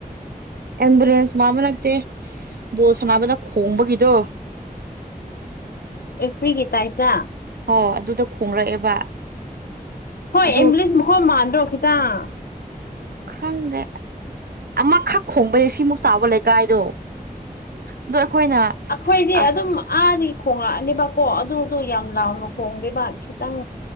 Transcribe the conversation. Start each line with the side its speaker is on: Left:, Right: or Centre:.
Right: ꯑꯦꯨꯂꯦꯟꯁ ꯃꯥꯃꯤꯅꯠꯇꯦ ꯣꯜ ꯁꯅꯥꯅꯕꯗ ꯈꯣꯡꯕꯒꯤꯗꯣ
Left: ꯑꯦ ꯐꯔꯤꯒ ꯇꯥꯏꯇ
Right: ꯑꯣ ꯑꯗꯨꯗ ꯈꯣꯡꯔꯛꯑꯦꯕ
Left: ꯍꯣꯏ
Right: ꯑꯗꯨ
Left: ꯏꯪ꯭ꯂꯤꯁ ꯃꯈꯣꯏ ꯃꯥꯟꯗ꯭ꯔꯣ ꯈꯤꯇꯪ
Right: ꯈꯪꯗꯦ ꯑꯃꯈꯛ ꯈꯣꯡꯕꯁ ꯁꯤꯃꯨꯛ ꯆꯥꯎꯕ ꯂꯩꯀꯥꯏꯗꯣ ꯑꯗꯣ ꯑꯩꯈꯣꯏꯅ
Left: ꯑꯩꯈꯣꯏꯗꯤ
Right: ꯑꯥ
Left: ꯑꯗꯨꯝ ꯑꯥꯗꯤ ꯍꯣꯡꯉꯛꯑꯅꯦꯕꯀꯣ ꯑꯗꯨꯗ ꯌꯥꯝ ꯂꯥꯎꯅ ꯍꯣꯡꯗꯦꯕ ꯈꯤꯇꯪ